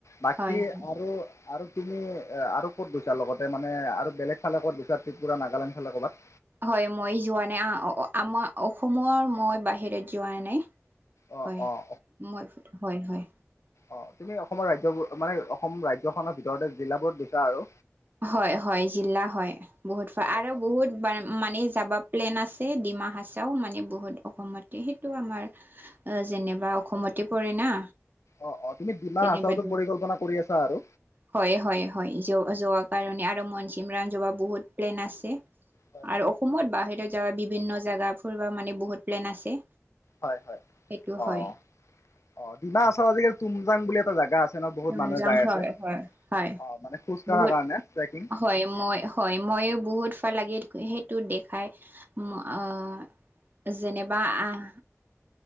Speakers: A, on the left; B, on the right.
A: বাকী
B: হয় হয়
A: আৰু আৰু তুমি আৰু ক'ত গৈছা লগতে মানে আৰু বেলেগ ফালে ক'ত গৈছা ত্ৰিপুৰা নাগালেণ্ড ফালে কৰ'ৰবাত?
B: হয় মই যোৱা নাই আমাৰ অসমৰ মই বাহিৰত যোৱা নাই।
A: অঁ
B: হয়,
A: অঁ
B: মই হয় হয়।
A: অ', তুমি অসমৰ ৰাজ্যবোৰ মানে অসম ৰাজ্যখনৰ ভিতৰতে জিলাবোৰ গৈছা আৰু।
B: হয় হয় জিলা হয় বহুত
A: হয়
B: আৰু
A: হয়
B: বহুত মানে যাবা প্লেন আছে ডিমাহা চাও মানে বহুত অসমতে সেইটো আমাৰ যেনেবা অসমতে পৰে না।
A: অঁ অঁ তুমি ডিমা
B: যেনেবাদ,
A: হাচাওতো পৰিকল্পনা কৰি আছা আৰু
B: হয় হয় হয় যোৱ কাৰণে আৰু মনচিম ৰানজা বহুত প্লেন আছে,
A: হয় হয়
B: আৰু অসমত বাহিৰত যাৰ বিভিন্ন জেগা ফৰিবা মানে বহুত প্লেন আছে।
A: হয় হয়
B: সেইটো
A: অ',
B: হয়
A: অ', ডিমাহাছাওৰ আজিকালি তুমজাং বুলি এটা জোগা আছে। ন বহুত
B: তুমজাং,
A: মানুহে যাই
B: হয়
A: আছে
B: হয় হয়
A: অঁ মানে খোজ কঢ়াৰ
B: বহুত
A: কাৰণে ট্ৰেকিং
B: হয়, মই হয় মই ময়ো বহুত <unintelligible> সেইটো দেখাই, আহ, যেনেবা আহ